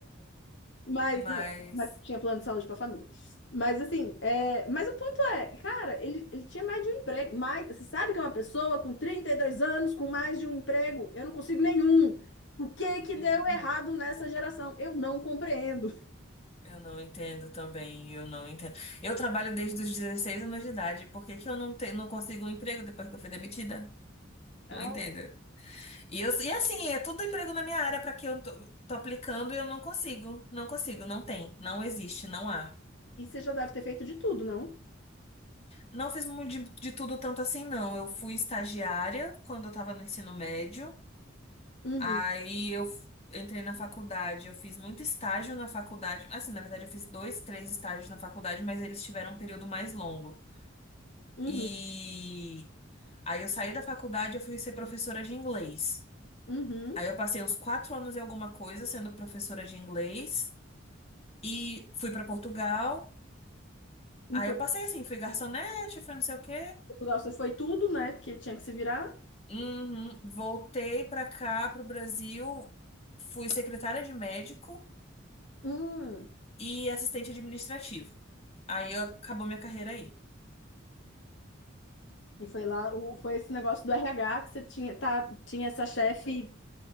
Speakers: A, on the left; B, on the left.
A: Mas,
B: Mas.
A: não, mas tinha plano de saúde para a família. Mas assim, é, mas o ponto é, cara, ele, ele tinha mais de um emprego. Mais, você sabe que é uma pessoa com 32 anos, com mais de um emprego, eu não consigo nenhum. O que que
B: uhum,
A: deu errado nessa geração? Eu não compreendo.
B: Eu não entendo também, eu não entendo. Eu trabalho desde os 16 anos de idade, por que que eu não, te, não consigo um emprego depois que eu fui demitida? Não
A: Ah,
B: entendo. E, eu, e assim, é tudo emprego na minha área para que eu tô, tô aplicando e eu não consigo, não consigo, não tem, não existe, não há.
A: e você já deve ter feito de tudo, não?
B: Não fiz muito de, de tudo tanto assim, não. Eu fui estagiária quando eu estava no ensino médio.
A: Uhum,
B: Aí eu f- entrei na faculdade. Eu fiz muito estágio na faculdade. Assim, na verdade, eu fiz dois, três estágios na faculdade, mas eles tiveram um período mais longo.
A: uhum,
B: E aí eu saí da faculdade, eu fui ser professora de inglês.
A: uhum.
B: Aí eu passei uns quatro anos e alguma coisa sendo professora de inglês. E fui para Portugal.
A: Em
B: Aí eu passei assim, fui garçonete, fui não sei o quê.
A: Portugal você foi tudo, né? Porque tinha que se virar.
B: Uhum. Voltei para cá, para o Brasil, fui secretária de médico
A: Hum.
B: e assistente administrativo. Aí acabou minha carreira aí.
A: E foi lá, o, foi esse negócio do RH que você tinha, tá, tinha essa chefe